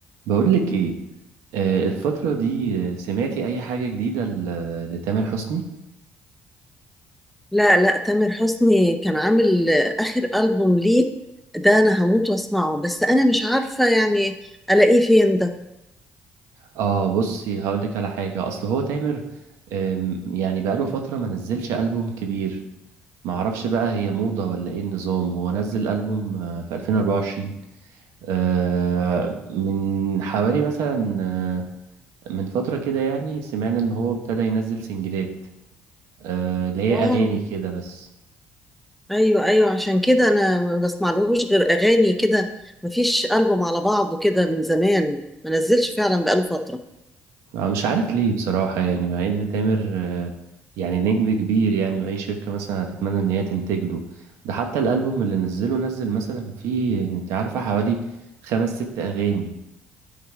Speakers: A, on the right (about 80°); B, in the centre.
A: بقولك ايه آه الفترة دي آه، سمعتي اي حاجة جديدة ل- لتامر حسني
B: لا لا تامر حسني كان عامل آخر ألبوم ليه ده أنا هموت وأسمعه بس أنا مش عارفة يعني ألاقيه فين ده
A: اه بصي هقولك على حاجة اصل هو تامر آم، يعني بقاله فترة ما نزلش ألبوم كبير معرفش بقى هي موضة ولا ايه النظام هو نزل ألبوم آه، في 2024 آه من حوالي مثلا آه، من فترة كده يعني سمعنا ان هو ابتدى ينزل سنجلات آه اللي هي
B: واو
A: اغاني كده بس
B: أيوه أيوه عشان كده أنا ما بسمعلهوش غير أغاني كده مفيش ألبوم على بعضه كده من زمان ما نزلش فعلا بقاله فترة
A: أنا مش عارف ليه بصراحة يعني مع إن تامر آه، يعني نجم كبير يعني وأي شركة مثلا هتتمنى إن هي تنتج له ده حتى الألبوم اللي نزله نزل مثلا فيه أنت عارفة حوالي خمس ست أغاني